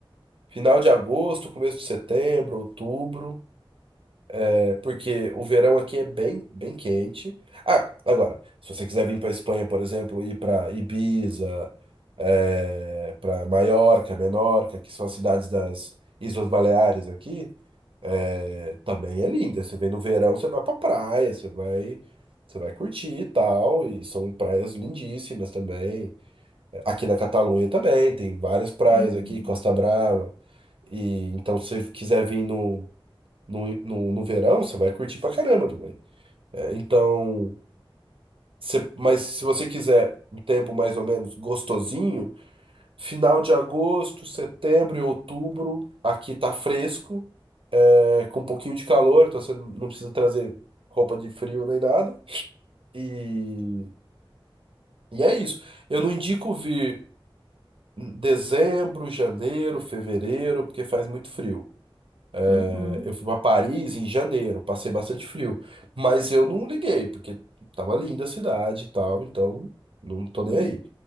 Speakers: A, on the right; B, on the left.
A: Final de agosto, começo de setembro, outubro, é, porque o verão aqui é bem, bem quente. Ah, agora, se você quiser vir para Espanha, por exemplo, ir para Ibiza, é, para Maiorca, Menorca, que são as cidades das Islas Baleares aqui, é, também é linda. Você vem no verão, você vai para praia, você vai, você vai curtir e tal, e são praias lindíssimas também. Aqui na Catalunha também, tem várias praias
B: Uhum.
A: aqui, Costa Brava. E então, se você quiser vir no, no, no, no verão, você vai curtir pra caramba também. É, então, você- mas se você quiser um tempo mais ou menos gostosinho, final de agosto, setembro e outubro, aqui tá fresco, é, com um pouquinho de calor, então você não precisa trazer roupa de frio nem nada. E, e é isso. Eu não indico vir. Dezembro, janeiro, fevereiro, porque faz muito frio.
B: Uhum.
A: É, Eu fui para Paris em janeiro, passei bastante frio, mas eu não liguei, porque tava linda a cidade e tal, então não tô
B: Sim.
A: nem aí.